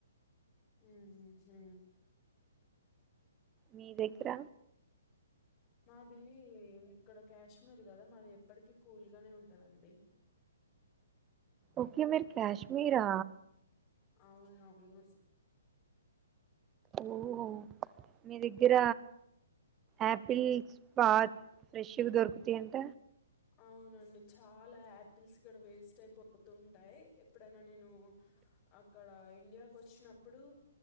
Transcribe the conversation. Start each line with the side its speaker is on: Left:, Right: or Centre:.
Left: ఉమ్ హు
Right: మీ దగ్గర
Left: మాది ఇక్కడ కాశ్మీర్ కదా మాది ఎప్పటికి కూల్గానే ఉంటదండి
Right: ఓకే మీరు కాశ్మీరా
Left: అవును అవును
Right: ఓహో మీ దగ్గర ఆపిల్ ప ఫ్రెష్ గా దోర్ జ అంట
Left: అవునండి చాలా ఆపిల్స్ ఇక్కడ వేస్ట్ అయిపోతు ఉంటాయి ఎప్పుడైనా నేను అక్కడ ఇండియాకు వచ్చినప్పుడు